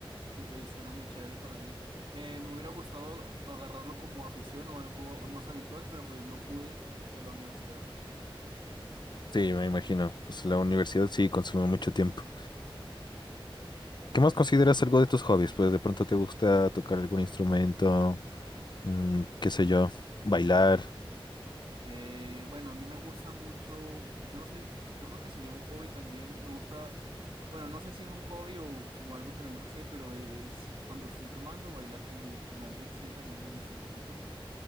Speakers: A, on the right; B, on the left.
A: y pues era muy chévere para mí. Me, me hubiera gustado agarrarlo como afición o algo más habitual, pero pues no pude por la universidad.
B: Sí, me imagino. Pues la universidad sí consume mucho tiempo. ¿Qué más consideras algo de tus hobbies? Pues de pronto te gusta tocar algún instrumento, mm, qué sé yo, bailar.
A: Eh, bueno, a mí me gusta mucho, yo no sé, yo creo que sería un hobby también, me gusta, bueno, no sé si es un hobby o como algo que me gusta hacer, pero es cuando estoy tomando, bailar con, con alguien, sí, también me gusta un poquito,